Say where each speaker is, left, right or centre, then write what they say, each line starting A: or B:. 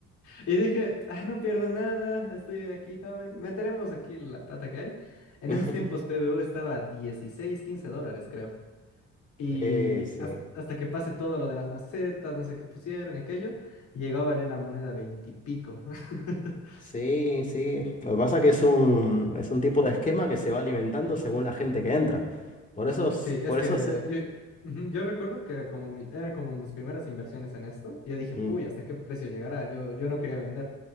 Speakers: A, on the left; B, on the left.
A: Y dije, ah, no pierdo nada, estoy aquí joven, meteremos aquí la plata que hay. En
B: <laughs>
A: esos tiempos PBU estaba a 16, 15 dólares, creo. Y
B: Eh, sí.
A: has- hasta que pase todo lo de las macetas, no sé qué pusieron y aquello, llegó a valer la moneda 20 y pico. <laughs>
B: Sí, sí. Lo que pasa es que es un, es un tipo de esquema que se va alimentando según la gente que entra. Por eso, s-
A: Sí, es
B: por
A: que
B: eso se...
A: yo, ujú, yo recuerdo que como mi- era como mis primeras inversiones en esto, y yo dije,
B: Mm.
A: puy, ¿hasta qué precio llegará? Yo, yo no quería vender.